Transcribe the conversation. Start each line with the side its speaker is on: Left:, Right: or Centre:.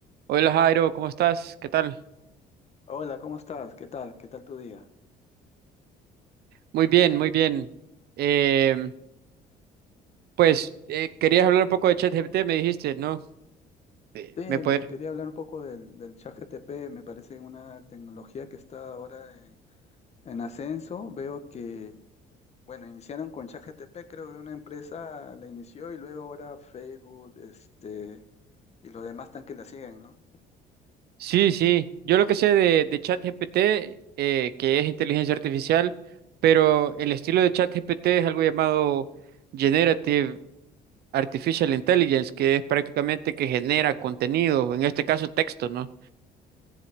Right: Hola Jairo, ¿cómo estás? ¿Qué tal?
Left: Hola, ¿cómo estás? ¿Qué tal? ¿Qué tal tu día?
Right: Muy bien, muy bien. Em, pues eh, querías hablar un poco de ChatGPT, me dijiste, ¿no? Eh,
Left: Sí,
Right: ¿me poder?
Left: me quería hablar un poco del, del ChatGPT, me parece una tecnología que está ahora en, en ascenso. Veo que, bueno, iniciaron con ChatGPT, creo que una empresa la inició y luego ahora Facebook, este, y los demás tan que la siguen, ¿no?
Right: Sí, sí. Yo lo que sé de, de ChatGPT, eh, que es inteligencia artificial, pero el estilo de ChatGPT es algo llamado Generative Artificial Intelligence, que es prácticamente que genera contenido, en este caso texto, ¿no?